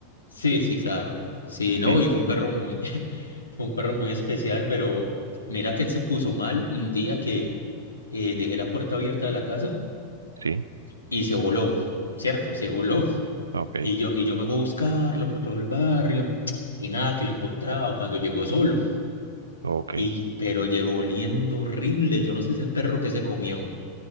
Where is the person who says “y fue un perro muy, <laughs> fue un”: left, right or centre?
Left